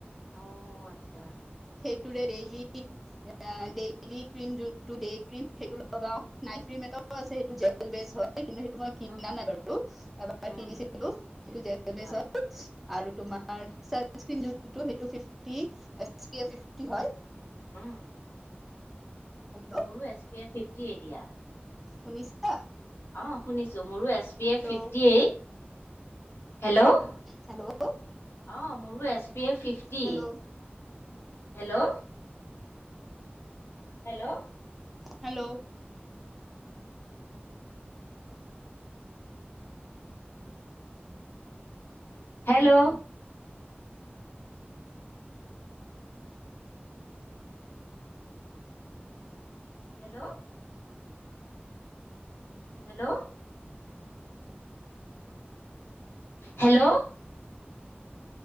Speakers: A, on the left; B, in the centre.
A: অ আচ্ছা।
B: সেইটোৰে দেইলি। এ ডেইলি ক্ৰিম যোনটো ডেই ক্ৰিম সেইটো লগাও নাইট ক্ৰীম এটা, ছে সেইটো জেল বেচ হয় কিন্তু সেইটো মই কিনা
A: উম,
B: নাই বাৰু, এবাৰ
A: উম,
B: কিনিছিলো সেইটো জেল বেচ
A: হয়,
B: আৰু তোমাৰ
A: উম,
B: ছেলফ কিৰিম যিটো সেইটো ফিফি ফিফটি
A: উম,
B: হয়।
A: উম,
B: <inaudible>
A: মোৰো এছ পি এফ ফিফটি এ দিয়া।
B: শুনিছা?
A: অঁ শুনিছোঁ মোৰো এছ পি
B: হেল্ল'
A: এই ফিফটি এই। হেল্ল' অ
B: হেল্ল'
A: মোৰো S P F fifty
B: hello
A: hello hello
B: hello
A: hello hello hello hello